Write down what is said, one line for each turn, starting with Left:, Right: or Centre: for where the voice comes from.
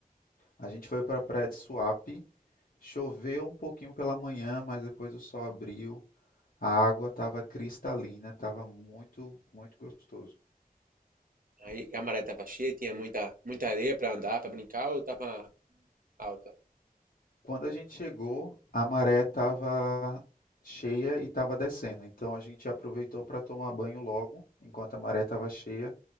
Left: A gente foi para a praia de Suape, choveu um pouquinho pela manhã, mas depois o sol abriu. A água estava cristalina, estava muito, muito gostoso.
Right: Aí a maré tava cheia, tinha muita, muita areia pra andar, pra brincar, ou tava alta?
Left: Quando a gente chegou, a maré estava cheia e estava descendo. Então a gente aproveitou para tomar banho logo, enquanto a maré estava cheia,